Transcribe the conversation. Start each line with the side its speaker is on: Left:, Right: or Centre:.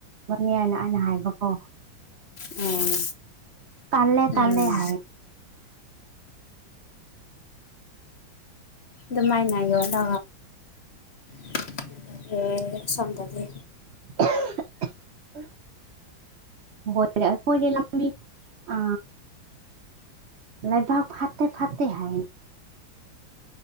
Right: ꯃꯅꯦꯅ ꯑꯩꯅ ꯍꯥꯏꯕꯀꯣ
Left: ꯎꯝ
Right: ꯇꯜꯂꯦ ꯇꯜꯂꯦ
Left: ꯎꯝ
Right: ꯍꯥꯏꯌꯦ
Left: ꯑꯗꯨꯃꯥꯏꯅ ꯌꯣꯟꯂꯦ <unintelligible> ꯑꯁꯣꯝꯗꯗꯤ
Right: <unintelligible> <unintelligible> ꯑꯈꯣꯏꯗꯤ ꯂꯝꯕꯤ ꯑ ꯂꯩꯥꯕꯥꯛ ꯐꯠꯇꯦ ꯐꯠꯇꯦ ꯍꯥꯏ